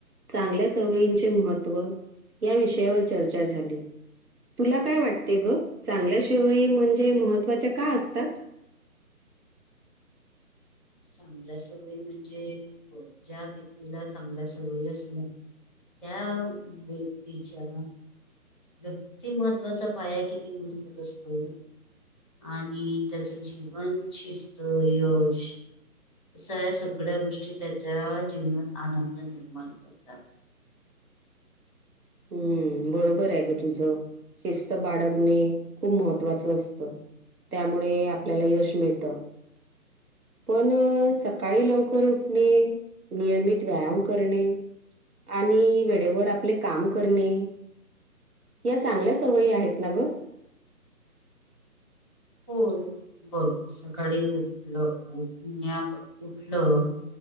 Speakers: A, on the right; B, on the left.
A: चांगल्या सवयींचे महत्त्व या विषयावर चर्चा झाली. तुला काय वाटते ग? चांगल्याशिवाय म्हणजे महत्त्वाच्या का असतात?
B: चांगल्या सवय म्हणजे? ज्या व्यक्तीला चांगल्या सवयी असणे. त्या व्यक्तीच्या. व्यक्तिमहत्त्वाचा पाया किती मजबूत असतो. आणि त्याचं जीवन, शिस्त, यश. असा या सगळ्या गोष्टी त्याच्या जीवनात आनंद निर्माण करतात.
A: हम्म बरोबर आहे ग तुझं शिस्त बाळगणे खूप महत्वाचं असतं. त्यामुळे आपल्याला यश मिळत. पण सकाळी लवकर उठणे नियमित व्यायाम करणे. आणि वेळेवर आपले काम करणे. या चांगल्या सवयी आहेत ना ग?
B: हो, बर सकाळी उठलं उठण्या उठलं.